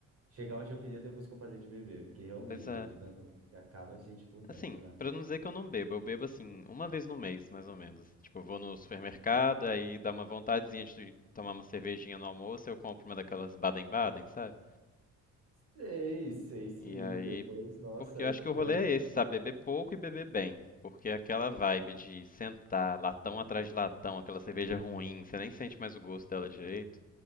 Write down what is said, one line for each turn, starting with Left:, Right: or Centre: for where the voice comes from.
Right: chegar onde eu queria depois que eu parei de beber, porque realmente
Left: Mas é.
Right: bebida é um negócio que acaba a gente por dentro,
Left: Assim,
Right: né?
Left: pra não dizer que eu não bebo, eu bebo assim, uma vez no mês, mais ou menos. Tipo, eu vou no supermercado, aí dá uma vontadezinha de tomar uma cervejinha no almoço, eu compro uma daquelas Baden-Baden, sabe?
Right: Sei, sei sim.
Left: E aí.
Right: Depois, nossa,
Left: Porque eu acho
Right: até,
Left: que o rolê
Right: até-
Left: é esse, sabe? Beber pouco e beber bem. Porque é aquela vibe de sentar latão atrás de latão, aquela cerveja ruim, você nem sente mais o gosto dela direito,